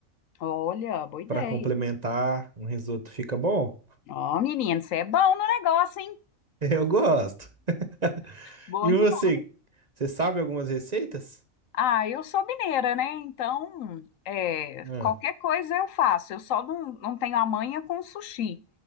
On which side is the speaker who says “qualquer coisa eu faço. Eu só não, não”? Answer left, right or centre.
Left